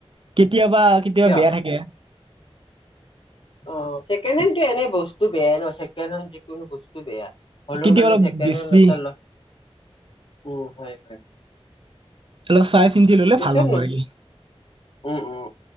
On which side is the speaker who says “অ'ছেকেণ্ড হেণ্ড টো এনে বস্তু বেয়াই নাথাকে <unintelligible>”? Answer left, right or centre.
Left